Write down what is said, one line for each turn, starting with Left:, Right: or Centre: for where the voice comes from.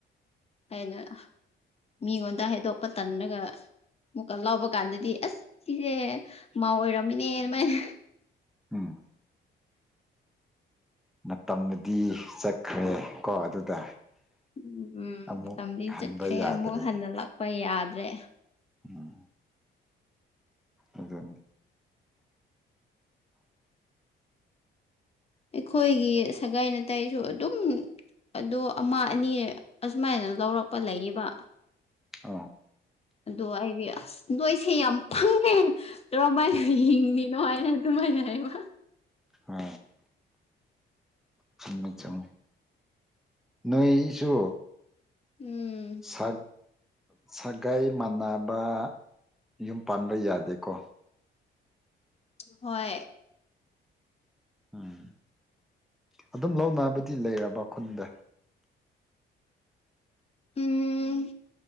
Left: ꯍꯥꯏꯅ ꯃꯤꯉꯣꯟꯗ ꯍꯥꯏꯗꯣꯛꯄ ꯇꯟꯔꯒ ꯃꯨꯛꯀ ꯂꯥꯎꯕ ꯀꯥꯟꯗꯗꯤ ꯑꯁ ꯁꯤꯁꯦ ꯃꯥ ꯑꯣꯏꯔꯝꯃꯤꯅꯦ ꯑꯗꯨꯃꯥꯏꯅ
Centre: ꯎꯝ ꯃꯇꯝꯗꯤ ꯆꯠꯈ꯭ꯔꯦ ꯀꯣ ꯑꯗꯨꯗ
Left: ꯎꯝ ꯎꯝ
Centre: ꯑꯃꯨꯛ
Left: ꯃꯇꯝꯗꯤ
Centre: ꯍꯟꯕ
Left: ꯆꯠꯈ꯭ꯔꯦ
Centre: ꯌꯥꯗ꯭ꯔꯦ
Left: ꯑꯃꯨꯛ ꯍꯟꯅ ꯂꯥꯛꯄ ꯌꯥꯗ꯭ꯔꯦ
Centre: ꯎꯝ ꯑꯗꯨꯅꯤ
Left: ꯑꯩꯈꯣꯏꯒꯤ ꯁꯒꯥꯏ ꯅꯥꯇꯥꯏꯁꯨ ꯑꯗꯨꯝ ꯑꯗꯣ ꯑꯃ ꯑꯅꯤ ꯑꯁꯨꯃꯥꯏꯅ ꯂꯧꯔꯛꯄ ꯂꯩꯌꯦꯕ
Centre: ꯑ
Left: ꯑꯗꯨ ꯑꯩꯗꯤ ꯑꯁ ꯅꯣꯏꯁꯦ ꯌꯥꯝ ꯄꯪꯏ ꯀꯃꯥꯏꯅꯥ ꯍꯤꯡꯂꯤꯅꯣ ꯍꯥꯏꯅ ꯑꯗꯨꯝ ꯃꯅꯦ ꯍꯥꯏꯕ
Centre: ꯑ ꯆꯨꯝꯃꯤ ꯆꯨꯨꯃꯃꯦ ꯅꯣꯏꯁꯨ
Left: ꯎꯝ
Centre: ꯁꯛ ꯁꯒꯥꯏ ꯃꯥꯟꯅꯕ ꯌꯨꯝ ꯄꯥꯟꯕ ꯌꯥꯗꯦꯀꯣ
Left: ꯍꯣꯏ
Centre: ꯎꯝ ꯑꯗꯨꯝ ꯂꯧꯅꯕꯗꯤ ꯂꯩꯔꯕ ꯈꯨꯟꯗ
Left: ꯎꯝ